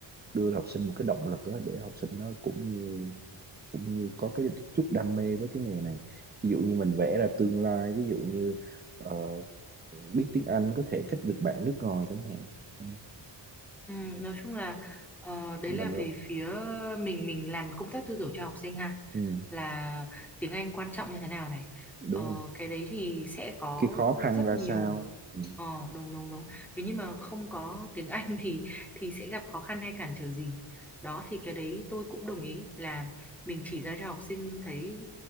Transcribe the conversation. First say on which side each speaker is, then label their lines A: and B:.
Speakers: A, on the right; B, in the centre.
A: đưa học sinh một cái động lực đó để học sinh nó cũng như cũng như có cái chút đam mê với cái nghề này ví dụ như mình vẽ ra tương lai ví dụ như ờ, biết tiếng Anh có thể kết được bạn nước ngoài chẳng hạn Ừ.
B: Ừ, nói chung là ờ, đấy
A: mình
B: là về phía mình mình làm công tác tư tưởng cho học sinh ha
A: ừ,
B: là tiếng Anh quan trọng như thế nào này
A: đúng
B: ờ,
A: rồi
B: cái đấy thì sẽ có
A: cái khó khăn
B: rất
A: ra
B: nhiều
A: sao Ừ.
B: ờ đúng đúng đúng nếu như mà không có tiếng Anh thì thì sẽ gặp khó khăn hay cản trở gì đó thì cái đấy tôi cũng đồng ý là mình chỉ ra cho học sinh thấy